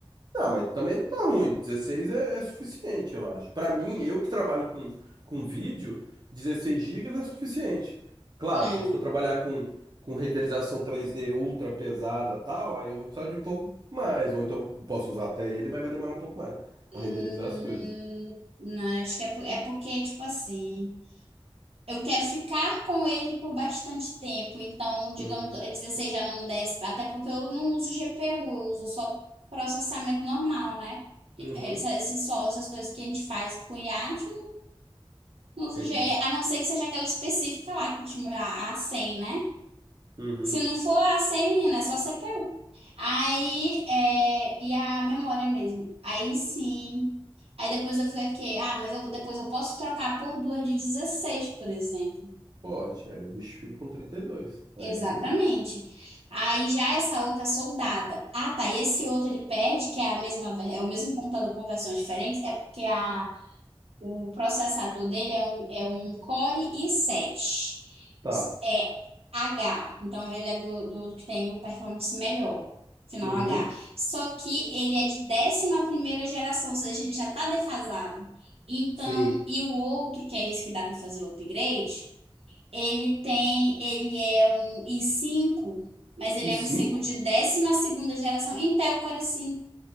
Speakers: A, on the right (about 45°); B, on the right (about 85°).
A: Não, mas também não tá ruim. 16 é, é suficiente, eu acho. Pra mim, eu que trabalho com, com vídeo, 16 gigas é suficiente. Claro,
B: Não,
A: se eu for trabalhar com, com renderização 3D ultra pesada tal, aí eu vou precisar de um pouco mais. Ou então posso usar até ele, mas vai demorar um pouco mais
B: hum,
A: pra renderizar as coisas.
B: não, acho que é, por- é porque, tipo assim. Eu quero ficar com ele por bastante tempo. Então, digamos,
A: Uhum,
B: a 16 já não desce, até porque eu não uso GPU, eu uso só processamento normal, né?
A: uhum,
B: Essa- Esses só, essas coisas que a gente faz com o IA, a a gente não usa
A: entendi.
B: GPU, a não ser que seja aquela específica lá, que tipo, a A100, né?
A: Uhum,
B: Se não for a A100, menina, é só CPU. Aí, é, e a memória mesmo. Aí sim. Aí depois eu falei que, ah, mas eu, depois eu posso trocar por duas de 16, por exemplo.
A: pode. Aí o bicho fica com trinta e dois. Aí
B: Exatamente. Aí já essa outra é soldada. Ah, tá. E esse outro ele perde, que é a mesma, ver- é o mesmo computador com versões diferentes, é porque a, o processador dele é um, é um Core i7.
A: tá.
B: É H. Então ele é do, do que tem o performance melhor. Final
A: Uhum,
B: H. Só que ele é de décima primeira geração, ou seja, ele já tá defasado. Então,
A: sim.
B: e o outro, que é esse que dá para fazer o upgrade. Ele tem, ele é um i5, mas ele
A: E
B: é
A: 5?
B: um i5 de décima segunda geração Intel Core 5.